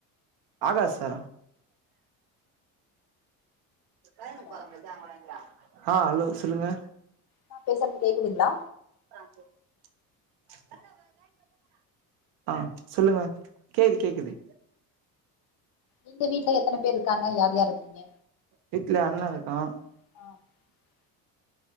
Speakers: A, on the right (about 65°); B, on the left (about 55°).
A: ஆகாசா கய
B: ஹலோ
A: பாருங்க ஜாங்கங்களா ஆஹ் ஹலோ சொல்லுங்க
B: நான் பேசுறது கேக்குதுங்களா
A: <inaudible> <unintelligible> ஆஹ் சொல்லுங்க கேக்குது கேக்குது
B: உங்க வீட்டுல எத்தனை பேரு ங்க யார் யார் இருப்பீங்க
A: வீட்ல அண்ணன் இருக்கான்
B: <inaudible>